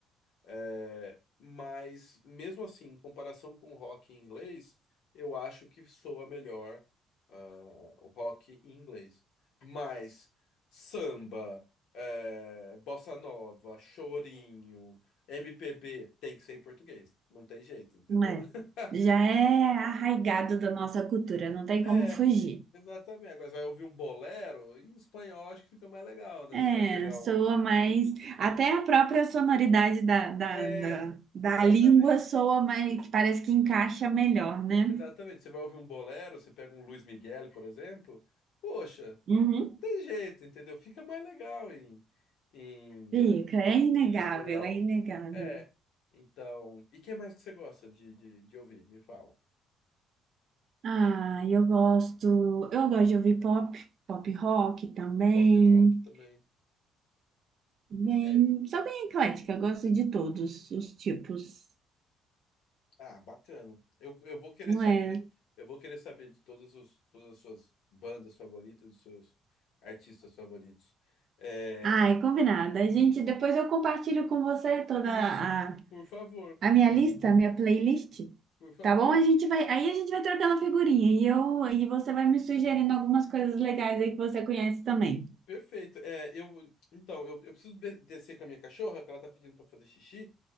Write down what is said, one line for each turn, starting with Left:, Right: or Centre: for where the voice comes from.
Left: É, mas, mesmo assim, em comparação com o rock em inglês, eu acho que soa melhor, ah, o rock em inglês. Mas samba, é, bossa nova, chorinho, MPB, tem que ser em português. Não tem jeito, entendeu?
Right: É.
Left: <laughs>
Right: Já é arraigado da nossa cultura, não tem
Left: É,
Right: como fugir.
Left: exatamente. Agora você vai ouvir um bolero, em espanhol acho que fica mais legal, né?
Right: É,
Left: Você vai pegar
Right: soa
Left: um.
Right: mais. Até a própria sonoridade da, da,
Left: É,
Right: da, da
Left: exatamente.
Right: língua soa mais, que parece que encaixa melhor, né?
Left: Exatamente, você vai ouvir um bolero, você pega um Luiz Miguel, por exemplo, poxa,
Right: Uhum.
Left: tem jeito, entendeu? Fica mais legal em, em,
Right: Fica, é inegável,
Left: em espanhol.
Right: é inegável.
Left: É, então. E que mais que você gosta de, de, de ouvir? Me fala.
Right: Ah, eu gosto, eu gosto de ouvir pop, pop rock também.
Left: Pop rock também.
Right: Bem,
Left: É,
Right: sou bem eclética, gosto de todos os tipos.
Left: ah, bacana. Eu, eu vou querer saber.
Right: é
Left: Eu vou querer saber de todas os, todas as suas bandas favoritas, dos seus artistas favoritos. É,
Right: Ai, combinado. A gente, depois eu compartilho com você toda
Left: isso,
Right: a,
Left: por favor,
Right: a minha lista, a minha playlist.
Left: por favor.
Right: Tá bom? A gente vai, aí a gente vai trocando figurinha e eu e você vai me sugerindo algumas coisas legais aí que você conhece também.
Left: Perfeito. É, eu, então, eu, eu preciso de- descer com a minha cachorra, que ela tá pedindo pra fazer xixi.